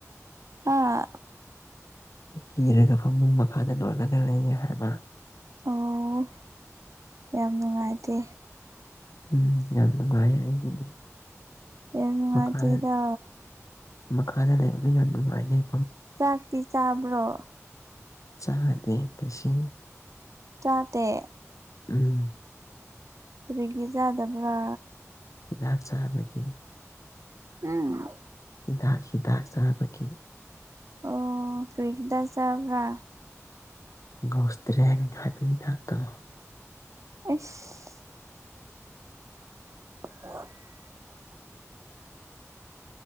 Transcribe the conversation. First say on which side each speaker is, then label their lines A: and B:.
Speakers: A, on the right (about 75°); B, on the left (about 80°).
A: ꯑꯥ
B: ꯀꯤꯔꯒ ꯐꯃꯨꯡ ꯃꯈꯥꯗ ꯂꯣꯜꯂꯒ ꯂꯩꯌꯦ ꯍꯥꯏꯅ
A: ꯑꯣ ꯌꯥꯝ ꯅꯨꯡꯉꯥꯏꯇꯦ
B: ꯎꯝ ꯌꯥꯝ ꯅꯨꯡꯉꯥꯏꯌꯦ ꯑꯩꯒꯤꯗꯤ
A: ꯑꯦ ꯅꯨꯅꯨꯡꯉ
B: ꯃꯈꯥꯗ
A: ꯆꯗ
B: ꯃꯈꯥꯗ ꯂꯩꯕꯗꯨ ꯌꯥꯝ ꯅꯨꯡꯉꯥꯏꯖꯩ
A: ꯆꯥꯛꯇꯤ ꯆꯥꯕ꯭ꯔꯣ
B: ꯁꯥꯍꯗ ꯇꯁ
A: ꯆꯇ
B: ꯎꯝ
A: ꯄꯔꯒꯖꯗꯕ꯭ꯔꯥ
B: ꯍꯤꯗꯛ ꯆꯥꯕꯒꯤ
A: ꯎꯝ
B: ꯍꯤꯗꯥꯛ ꯍꯤꯗꯥꯛ ꯆꯥꯕꯒꯤ
A: ꯑꯣ ꯀꯔꯤꯗ ꯆꯕ꯭ꯔ
B: ꯒꯣꯁꯇ꯭ꯔꯦ ꯍꯥꯏꯕꯅꯤꯗꯥꯛꯀꯣ
A: ꯑꯁ <inaudible>